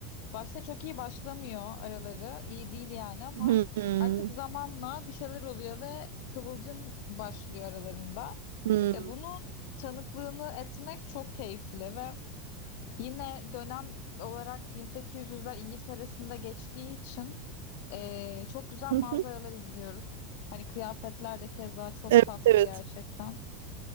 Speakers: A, on the left; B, on the right.
A: başta çok iyi başlamıyor araları. İyi değil yani ama
B: Hı hı.
A: artık zamanla bir şeyler oluyor ve kıvılcım başlıyor aralarında.
B: Hı
A: E, bunun tanıklığını etmek çok keyifli ve yine dönem olarak 1800'ler İngiltere'sinde geçtiği için e, çok güzel
B: hı.
A: manzaralar izliyoruz. Hani kıyafetler de keza çok
B: Evet,
A: tatlı
B: evet.
A: gerçekten.